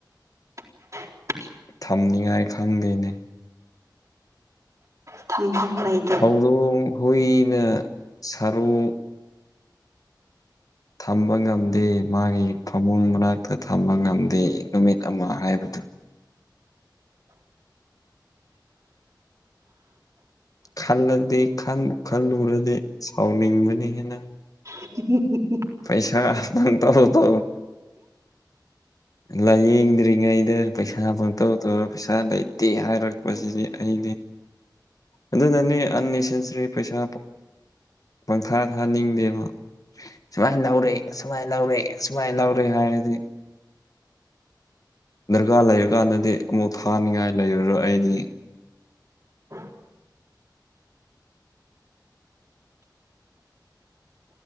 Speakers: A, on the right; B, on the left.
A: j <inaudible>
B: ꯊꯝꯅꯤꯉꯥꯏ ꯈꯪꯗꯦꯅꯦ
A: ꯊꯝꯐꯝ ꯂꯩ
B: ꯍꯧꯗꯣꯡ ꯍꯨꯏꯅ ꯁꯔꯨ ꯊꯝꯕ ꯉꯝꯗꯦ ꯃꯥꯒꯤ ꯐꯃꯨꯡ ꯃꯅꯥꯛꯇ ꯊꯝꯕ ꯉꯝꯗꯦ ꯅꯨꯃꯤꯠ ꯑꯃ ꯍꯥꯏꯕꯗꯨ ꯈꯜꯂꯗꯤ ꯈꯜꯂꯨꯔꯗꯤ ꯁꯥꯎꯅꯤꯡꯕꯅꯤ ꯍꯦꯟꯅ
A: ꯎ
B: ꯄꯩꯁꯥ ꯅ ꯇ ꯇ ꯂꯥꯏꯌꯦꯡꯗ꯭ꯔꯤꯉꯩꯗ ꯄꯩꯁꯥ ꯐꯪ ꯇꯧꯗ ꯄꯩꯁꯥ ꯇꯦ ꯍꯥꯏꯔꯛꯄꯁꯤꯗꯤ ꯑꯩꯗꯤ ꯑꯗꯨꯅꯅꯦ ꯑꯁꯦꯁꯔꯤ ꯄꯩꯁꯥ ꯄꯪꯊꯥ ꯊꯥꯅꯤꯡꯗꯦꯕ ꯁꯨꯃꯥꯏꯅ ꯂꯧꯔꯦꯏ ꯁꯨꯃꯥꯏꯅ ꯂꯧꯔꯛꯏ ꯁꯨꯃꯥꯏꯅ ꯂꯧꯔꯦ ꯍꯥꯏꯔꯗꯤ ꯗꯔꯀꯥꯔ ꯂꯩꯔꯀꯥꯟꯗꯗꯤ ꯑꯃꯨꯛ ꯊꯥꯅꯤꯡꯉꯥꯏ ꯂꯩꯔꯔꯣ ꯑꯩꯗꯤ
A: ꯑꯣ